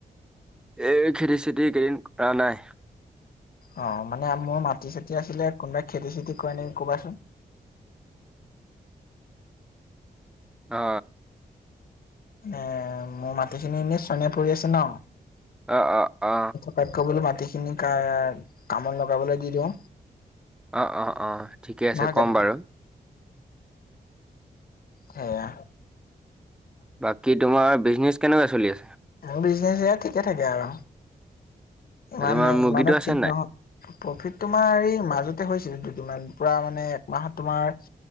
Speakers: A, in the centre; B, on the left (about 60°).
A: এই খেতি চেতি কেইদিন কৰা নাই।
B: অ মানে আম‌‌ও মাটি চাতি আছিলে কোনোবাই খেতি চেতি কৰে নেকি কবাচোন?
A: অ।
B: এ মোৰ মাটিখিনি এনে চনে পৰি আছে ন।
A: অ অ অ।
B: বাইক মাটিখিনি কামত লগাবলৈ দি দিওঁ।
A: অঁ অঁ অঁ ঠিকে আছে
B: নহয়
A: ক'ম
B: জানো
A: বাৰু।
B: সেয়া।
A: বাকী তোমাৰ বিজনেচ কেনেকুৱা চলি আছে?
B: বিজনে ঠিকে থাকে আৰু ইমান
A: তোমাৰ
B: ইমানো
A: মুৰ্গীটো আছে
B: ঠিক
A: নাই
B: নহয়। প্ৰফিট তোমাৰ এই মাজতে হৈছিলে যদি পুৰা মানে একমাহত তোমাৰ।